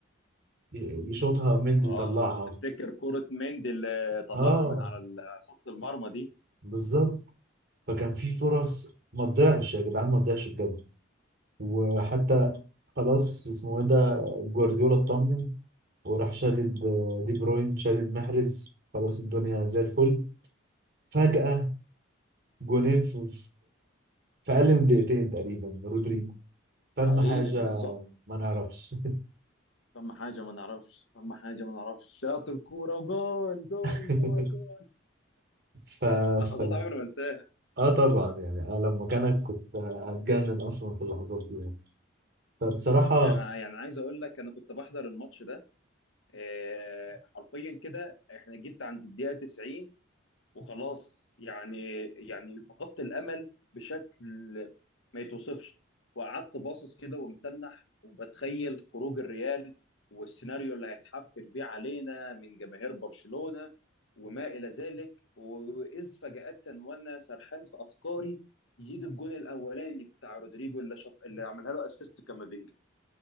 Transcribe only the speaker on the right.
ي- يشوطها مندي
يطلعها
اه
بالظبط فكان في فرص ما تضيعش يا جدعان ما تضيعش بجد وحتى خلاص اسمه ايه ده جوارديولا اطمن وراح شادد آه، دي بروين شادد محرز خلاص الدنيا زي الفل فجأة جونين في في اقل من دقيقتين تقريبا من رودريجو فاهم
حاجه
ما نعرفش
<laughs>
ف...
ف...
اه طبعا يعني انا لو مكانك كنت هتجنن اصلا في اللحظات دي يعني فبصراحه